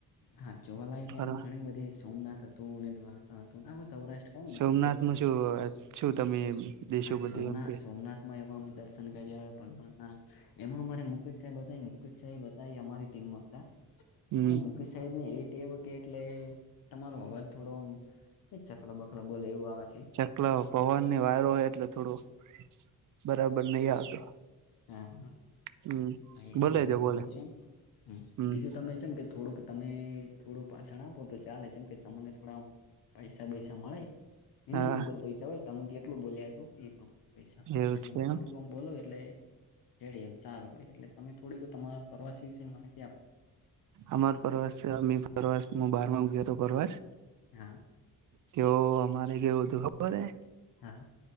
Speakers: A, on the left; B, on the right.
A: હા જોવાલાયક
B: ફરવા
A: એમાં ઘણી બ સોમનાથ હતું, અને દ્વારકા હતું, આખું સૌરાષ્ટ્ર ટ કઉં ને
B: સોમનાથમાં
A: સૌરાષ્ટ્ર હતો,
B: શું શું તમે દેશો
A: હા
B: બધું
A: સોમનાથ-સોમનાથ
B: એમ કે
A: માં એવા અમે દર્શન કયરા ભગવાનના. એમાં અમારે મુકેશ સાહેબ હતા, ઈ મુકેશ સાહેબ હતા એ અમારી ટીમમાં હતા.
B: હમ
A: એ મુકેશ સાહેબને એ ટેવ હતી એટલે, તમારો અવાજ થોડો આમ એ ચકલા બકલા બોલે એવું આવે છે.
B: <unintelligible> પવનની વાયરો હોય એટલે થોડું બરાબર નહીં આવતો.
A: હા,
B: હમ
A: હા એટલે
B: બોલે
A: વાતોવ
B: જો બોલે
A: છે. હમ્મ
B: હમ
A: બીજું તમે છે ને કે થોડુંક તમે થોડું પાછણ આપો તો ચાલે છે, ચેમ કે તમને થોડા પૈસા બૈસા મળેય. મિનિટ
B: હા
A: ઉપર પૈસા હોય, તમે કેટલું બોલ્યા છો ઈ પ્રમાણે પૈસા હોય,
B: એવું
A: એટલે
B: છે
A: તમે થોડુંક
B: એમ
A: આમ બોલો એટલે રેડી એમ, સારું રહે, એટલે તમે થોડીક તમારા પરવાસ વિશે માહિતી આપો.
B: અમાર પ્રવાસ પ્રવાસ હ બારમાંમ્ ગયોતો પ્રવાસ.
A: હા.
B: તો અમારે કેવું હતું ખબર હૈ?
A: હા.